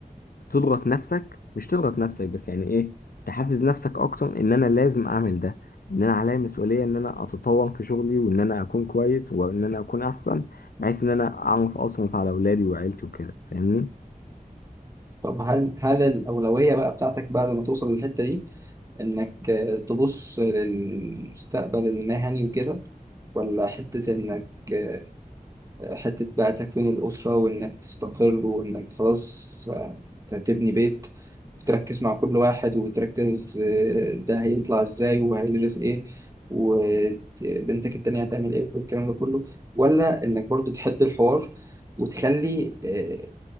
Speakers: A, on the left (about 80°); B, on the right (about 20°).
A: تضغط نفسك مش تضغط نفسك بس يعني ايه تحفز نفسك اكتر ان انا لازم اعمل ده ان انا عليا مسؤولية ان انا اتطور في شغلي وان انا اكون كويس وان انا اكون احسن بحيث ان انا اعرف اصرف على اولادي وعيلتي وكده فاهمني
B: طب هل هل الأولوية بقى بتاعتك بعد ما توصل للحتة دي انك آه، تبص للمستقبل المهني وكده ولا حتة انك آه، حتة بقى تكوين الأسرة وإنك تستقر وإنك خلاص هتبني بيت تركز مع كل واحد وتركز آه، ده هيطلع إزاي وهيدرس إيه وبنتك التانية هتعمل إيه والكلام ده كله ولا إنك برضو تحد الحوار وتخلي آه،